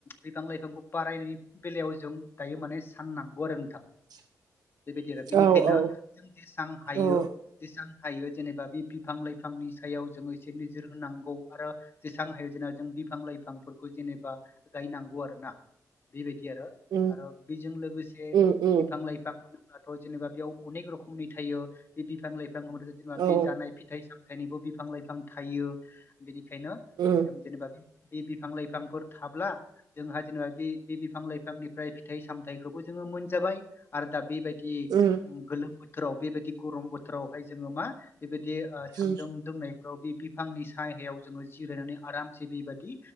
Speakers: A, on the left; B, on the right.
A: बिफां लाइफांखौ बारायनायनि बेलायाव जों दायो माने साननांगौ आरो नोंथां
B: <inaudible>
A: बेबायदि आरो बेनिखायनो
B: औ औ
A: जों जेसां हायो
B: औ
A: एसां हायो जेनेबा बे बिफां लाइफांनि सायाव जोङो एसे नोजोर होनांगौ आरो जेसां हायो जेन जों बिफां लाइफांफोरखौ जेनेबा गायनांगौ आरो ना बेबायदि बि आरो
B: उम
A: आरो बेजों लोगोसे
B: उम उम
A: बिफां लाइफां मोनोब्लाथ' जेनेबा बेयाव अनेक रखमनि थायो <unintelligible> बे बिफां लाइफां जुदि ना
B: औ
A: बे जानाय फिथाइ सामथाइनिबो बिफां लाइफां थायो बेनिखायनो
B: उम
A: जों जेनेबा बि बे बिफां लाइफांफोर थाब्ला जोंहा जेनेबा बे बिफां लाइफांनिफ्राय फिथाइ सामथाइखौबो जों मोनजाबाय आरो दा बेबायदि दि
B: उम
A: गोलोम बोथोराव बेबायदि गरम बोथोरावहाय जोङो मा बेबाय बे ओ
B: उम
A: सान्दुं दोंनायफ्राव बे बिफांनि साहायाव जोङो जिरायनानै आरामसे बेबायादि